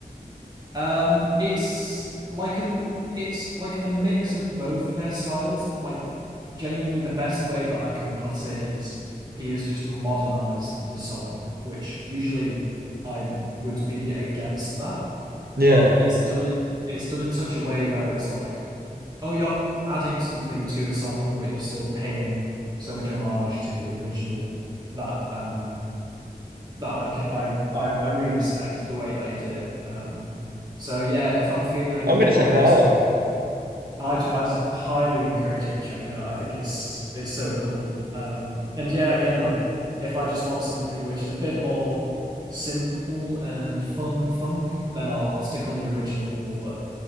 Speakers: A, on the right (about 25°); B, on the right (about 80°).
A: Um, it's like a m- it's like a mix of both their styles. Like genuinely the best way that I can put it is he has just modernized the song, which usually I would be against that,
B: Yeah.
A: but it's done in it's done in such a way where it's like, oh, you're adding something to the song, but you're still paying so much homage to the original that um that I could I, I I really respect the way that he did it. Um, so yeah, if I'm feeling
B: I'm
A: more
B: gonna check
A: of
B: that
A: just
B: out.
A: like I'd I'd highly encourage you to check it out. I think it's it's so cool. Um, and yeah, again, like if I just want something which is a bit more simple and fun funk, then I'll I'll stick on the original. But